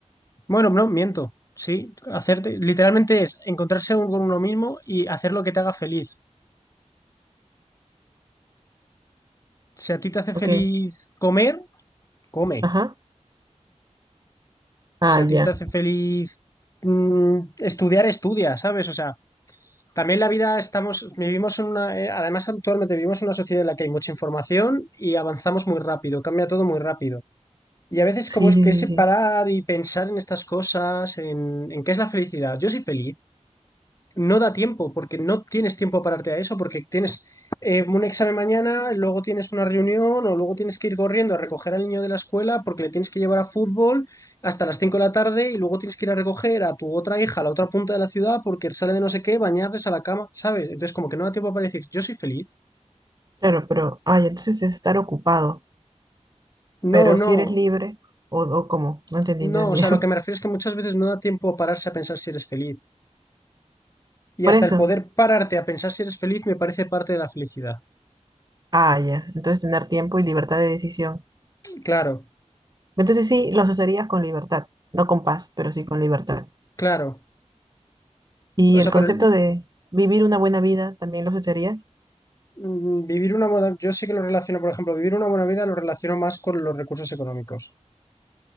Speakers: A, on the left; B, on the right.
A: Bueno, no, miento, sí, hacerte, literalmente es encontrarse un- con uno mismo y hacer lo que te haga feliz. Si a ti te hace
B: <laughs>
A: feliz
B: ok.
A: comer, come.
B: Ajá. Ah,
A: Si a
B: ya.
A: ti te hace feliz mm, estudiar, estudia, ¿sabes? O sea, también la vida estamos, vivimos en una, eh, además actualmente vivimos en una sociedad en la que hay mucha información y avanzamos muy rápido, cambia todo muy rápido. Y a veces
B: Sí,
A: como es
B: sí,
A: que ese
B: sí, sí.
A: parar y pensar en estas cosas, en, en qué es la felicidad. Yo soy feliz no da tiempo, porque no tienes tiempo a pararte a eso, porque tienes eh, un examen mañana, luego tienes una reunión o luego tienes que ir corriendo a recoger al niño de la escuela porque le tienes que llevar a fútbol hasta las 5 de la tarde y luego tienes que ir a recoger a tu otra hija a la otra punta de la ciudad porque sale de no sé qué, bañarles a la cama, ¿sabes? Entonces como que no da tiempo para decir, yo soy feliz.
B: Claro, pero, ay, entonces es estar ocupado, pero
A: No, no,
B: si eres libre, o, o cómo, no entendí,
A: no,
B: entendí.
A: o sea,
B: <laughs>
A: lo que me refiero es que muchas veces no da tiempo a pararse a pensar si eres feliz. Y
B: Por
A: hasta
B: eso,
A: el poder pararte a pensar si eres feliz me parece parte de la felicidad.
B: ah, ya, entonces tener tiempo y libertad de decisión.
A: Claro,
B: Entonces sí, los usarías con libertad, no con paz, pero sí con libertad.
A: claro.
B: Y
A: O
B: el
A: sea,
B: concepto
A: pero
B: de vivir una buena vida, ¿también los usarías?
A: Mm, Vivir una buena, yo sí que lo relaciono, por ejemplo, vivir una buena vida lo relaciono más con los recursos económicos.